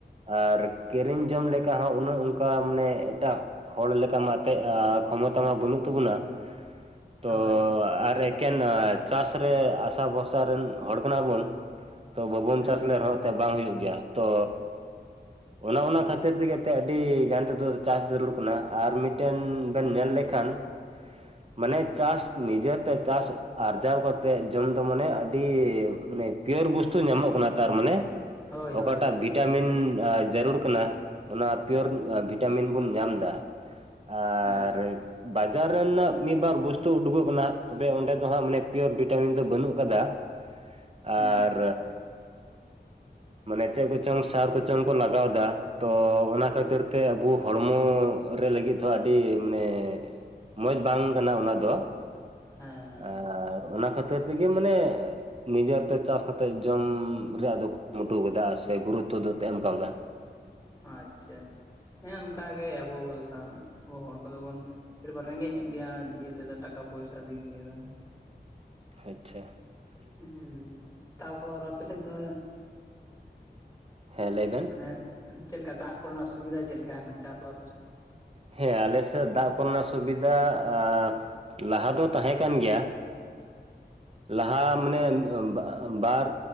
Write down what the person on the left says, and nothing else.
ᱦᱳᱭ
ᱦᱩᱸ
ᱮᱠᱫᱚᱢ
<inaudible>
ᱦᱳᱭ ᱦᱳᱭ
ᱦᱳᱭ
ᱦᱳᱭ ᱦᱮᱸ
ᱦᱮᱸ
ᱦᱩᱸ
ᱦᱮᱸ ᱦᱮᱸ
ᱟᱪᱪᱷᱟ ᱦᱮᱸ ᱚᱱᱠᱟᱜ ᱜᱮ ᱟᱵᱚ ᱟᱵᱚ ᱦᱚᱲ ᱠᱚᱫᱚ ᱵᱚᱱ ᱮᱵᱟᱨ ᱨᱮᱸᱜᱮᱡ ᱧᱚᱜ ᱜᱮᱭᱟ ᱚᱱᱟ ᱤᱭᱟᱹ ᱛᱮᱫᱚ ᱴᱟᱠᱟ ᱯᱚᱭᱥᱟ ᱛᱮ ᱫᱚ
ᱦᱮᱸ ᱛᱟᱯᱚᱨ ᱟᱯᱮ ᱥᱮᱫ ᱫᱚ
ᱢᱟᱱᱮ ᱪᱮᱫᱞᱮᱠᱟ ᱫᱟᱜ ᱠᱚᱨᱮᱱᱟᱜ ᱥᱩᱵᱤᱫᱟ ᱪᱮᱫᱞᱮᱠᱟ ᱦᱮᱱᱟᱜ ᱪᱟᱥᱵᱟᱥ ᱨᱮ
<inaudible>